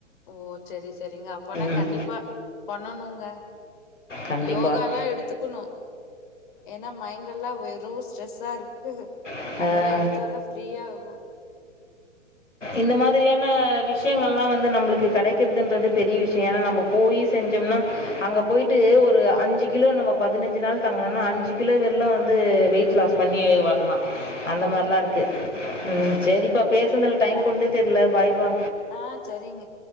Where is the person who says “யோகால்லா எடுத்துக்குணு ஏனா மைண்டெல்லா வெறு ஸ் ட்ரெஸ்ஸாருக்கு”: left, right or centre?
Left